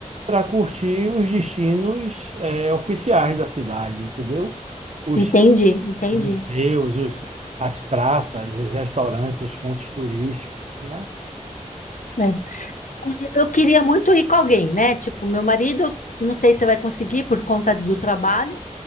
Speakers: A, on the right; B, on the left.
A: para curtir os destinos é, oficiais da cidade, entendeu? Os
B: Entendi, entendi.
A: museus, os- as praças, os restaurantes, os pontos turísticos, né?
B: É. Eu queria muito ir com alguém, né? Tipo, meu marido, eu não sei se vai conseguir por conta do trabalho.